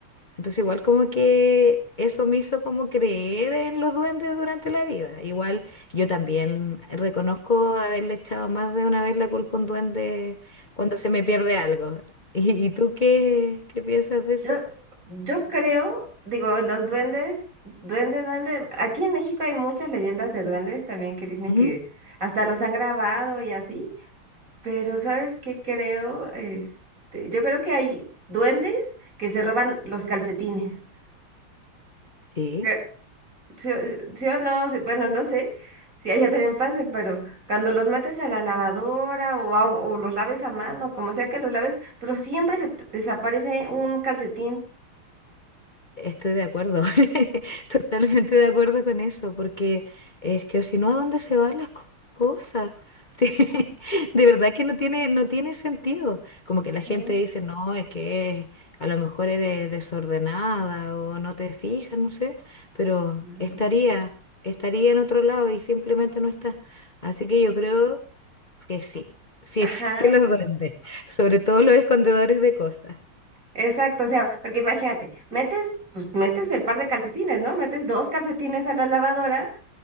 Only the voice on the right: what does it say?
Yo, yo creo, digo, los duendes, duende, duende. Aquí en México hay muchas leyendas de duendes también que dicen
que hasta los han grabado y así. Pero ¿sabes qué creo? Este, yo creo que hay duendes que se roban los calcetines.
Que- Sí, o sí o no, sí, bueno, no sé si allá también pase, pero cuando los metes a la lavadora o, a- o los laves a mano, como sea que los laves, pero siempre se te desaparece un calcetín,
¿no?
No.
Ajá,
exacto, o sea, porque imagínate, metes, pues metes el par de calcetines, ¿no? Metes dos calcetines a la lavadora